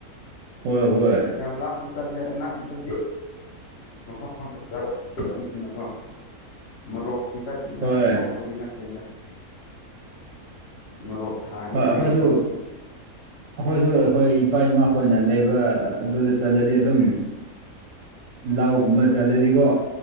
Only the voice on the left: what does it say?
ꯌꯥꯝ ꯂꯥꯞꯅ ꯆꯠꯂꯦ ꯅꯛꯄꯗꯗꯤ ꯃꯐꯝ <unintelligible> ꯅꯀꯣ ꯃꯣꯔꯣꯛ ꯀꯤ ꯆꯠꯅꯤꯗ
ꯑꯇꯣꯞꯄꯒꯤ ꯅꯠꯇꯦꯗ ꯃꯣꯔꯣꯛ ꯊꯥꯅꯤꯡꯉꯥꯏꯀꯣ